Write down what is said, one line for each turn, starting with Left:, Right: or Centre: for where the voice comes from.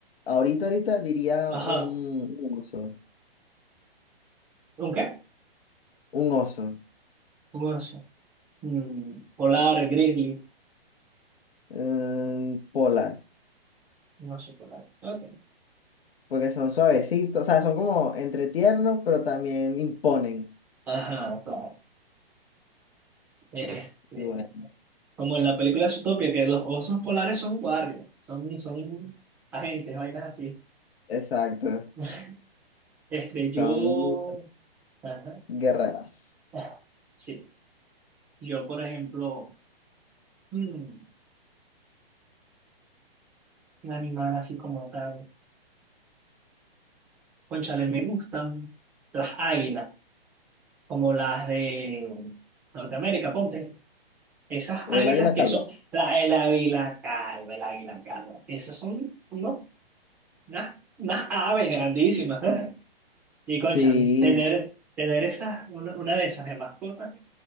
Left: Ahorita, ahorita diría
Centre: Ajá.
Left: un, un oso.
Centre: ¿Un qué?
Left: Un oso.
Centre: Un oso. Mm, polar,
Left: Sí.
Centre: grizzly.
Left: Mm, polar.
Centre: Un oso polar. Ok.
Left: porque son suavecitos, o sea, son como entre tiernos, pero también imponen.
Centre: Ajá, claro. Este,
Left: Y bueno,
Centre: como en la película Zootopia, que los osos polares son guardias, son, son agentes, vainas así.
Left: exacto,
Centre: <laughs> Este, yo,
Left: son
Centre: ajá,
Left: guerreras.
Centre: ah, sí, yo por ejemplo, mm, un animal así como tal, cónchale, me gustan las águilas, como las de Norteamérica, ponte, esas
Left: El
Centre: águilas
Left: águila
Centre: que
Left: calva.
Centre: son, la, el águila calva, el águila calva, esas son, no, unas, unas aves grandísimas, <laughs> Y cónchale,
Left: Sí,
Centre: tener, tener esas, una, una de esas de mascotas